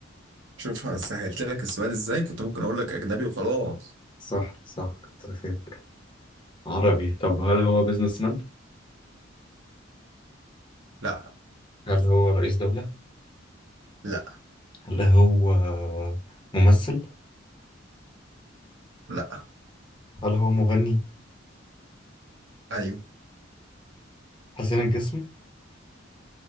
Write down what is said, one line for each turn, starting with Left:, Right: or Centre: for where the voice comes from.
Right: شوف سهلت لك السؤال إزاي كنت ممكن أقول لك أجنبي وخلاص
Left: صح صح كتر خيرك عربي طب هل هو بيزنس مان؟
Right: لا
Left: هل هو رئيس دولة؟
Right: لا
Left: هل هو ممثل؟
Right: لا
Left: هل هو مغني؟
Right: أيوه
Left: حسين الجسمي؟